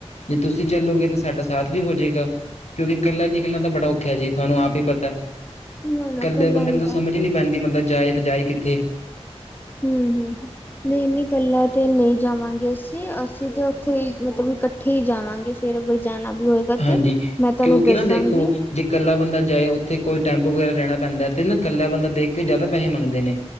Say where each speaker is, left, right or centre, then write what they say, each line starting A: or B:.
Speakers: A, on the left; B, on the left.
A: ਜੇ ਤੁਸੀਂ ਚੱਲੋਗੇ ਤਾਂ ਸਾਡਾ ਸਾਥ ਵੀ ਹੋ ਜੇਗਾ, ਕਿਉਂਕਿ ਕੱਲਿਆਂ ਨਿਕਲਣਾ ਤਾਂ ਬੜਾ ਔਖਾ ਜੀ, ਤੁਹਾਨੂੰ ਆਪ ਈ ਪਤਾ।
B: ਨਾ ਨਾ
A: ਇਕੱਲੇ
B: ਕੱਲਾ
A: ਬੰਦੇ ਨੂੰ ਤਾਂ ਸਮਝ
B: ਗਏ ਤੇ
A: ਈ ਨੀ ਪੈਂਦੀ, ਬੰਦਾ ਜਾਏ ਤੇ ਜਾਏ ਕਿੱਥੇ।
B: ਹੂੰ-ਹੂੰ, ਨਹੀਂ-ਨਹੀਂ ਇਕੱਲਾ ਤੇ ਨਹੀਂ ਜਾਵਾਂਗੇ ਅਸੀ। ਨਈ ਅਸੀਂ ਤੇ ਉੱਥੇ ਈ ਮਤਲਬ ਇਕੱਠੇ ਹੀ ਜਾਵਾਂਗੇ। ਫੇਰ ਅਗਰ ਜਾਣਾ ਵੀ ਹੋਏਗਾ, ਤੇ
A: ਹਾਂਜੀ
B: ਮੈਂ ਤੁਹਾਨੂੰ
A: ਕਿਉਂਕਿ
B: ਦੱਸਾਂਗੀ।
A: ਨਾ ਦੇਖੋ ਜੇ ਇਕੱਲਾ ਬੰਦਾ ਜਾਏ ਉੱਥੇ ਕੋਈ ਟੈਂਪੂ ਵਗੈਰਾ ਲੈਣਾ ਪੈਂਦਾ, ਤੇ ਨਾ ਇਕੱਲਾ ਬੰਦਾ ਦੇਖ ਕੇ ਉਹ ਜ਼ਿਆਦਾ ਪੈਸੇ ਮੰਗਦੇ ਨੇ।